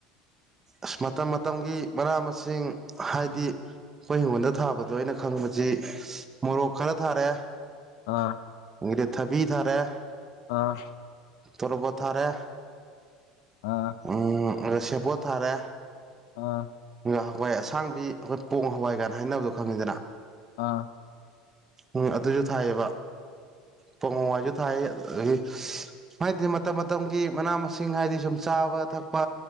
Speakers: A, on the right (about 20°); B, on the left (about 75°).
A: ꯑꯁ ꯃꯇꯝ ꯃꯇꯝꯒꯤ ꯃꯅꯥ ꯃꯁꯤꯡ ꯍꯥꯏꯗꯤ ꯑꯈꯣꯏ ꯍꯤꯡꯒꯣꯜꯗ ꯊꯥꯕꯗꯣ ꯑꯩꯅ ꯈꯪꯕꯁꯤ ꯃꯣꯔꯣꯛ ꯈꯔ ꯊꯥꯔꯦ
B: ꯑꯥ
A: ꯏꯪꯒ꯭ꯔꯦꯠ ꯊꯕꯤ ꯊꯥꯔꯦ
B: ꯑꯥ
A: ꯇꯔꯕꯣꯠ ꯊꯥꯔꯦ
B: ꯑꯥ
A: ꯎꯝ ꯑꯗ ꯁꯦꯕꯣꯠ ꯊꯥꯔꯦ
B: ꯑꯥ
A: ꯍꯋꯥꯏ ꯑꯁꯥꯡꯕꯤ ꯑꯩꯈꯣꯏ ꯄꯣꯡ ꯍꯋꯥꯏ ꯀꯥꯏꯅ ꯍꯥꯏꯅꯕꯗꯣ ꯈꯪꯉꯤꯗꯅ
B: ꯑꯥ
A: ꯎꯝ ꯑꯗꯨꯖꯨ ꯊꯥꯏꯌꯦꯕ ꯄꯣꯡ ꯃꯋꯥꯏꯖꯨ ꯊꯥꯏ ꯑꯗꯒꯤ ꯍꯥꯏꯗꯤ ꯃꯇꯝ ꯃꯇꯝꯒꯤ ꯃꯅꯥ ꯃꯁꯤꯡ ꯍꯥꯏꯗꯤ ꯁꯨꯝ ꯆꯥꯕ ꯊꯛꯄ